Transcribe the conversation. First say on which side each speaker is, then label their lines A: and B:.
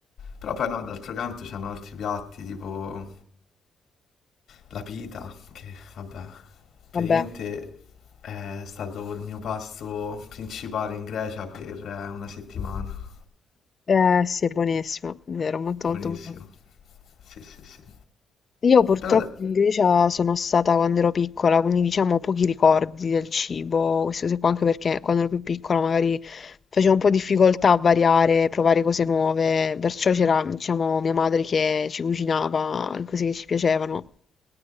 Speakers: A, on the left; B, on the left.
A: Però poi no, d'altro canto c'hanno altri piatti, tipo... La pita, che vabbè, praticamente
B: Vabbè,
A: è stato il mio pasto principale in Grecia per eh, una settimana.
B: eh sì, è buonissimo, vero, molto
A: Buonissimo.
B: molto buono.
A: Sì, sì, sì.
B: Io purtroppo
A: Però... ade-
B: in Grecia sono stata quando ero piccola, quindi diciamo ho pochi ricordi del cibo, queste cose qua, anche perché quando ero più piccola magari facevo un po' difficoltà a variare, provare cose nuove, perciò c'era, diciamo, mia madre che ci cucinava le cose che ci piacevano.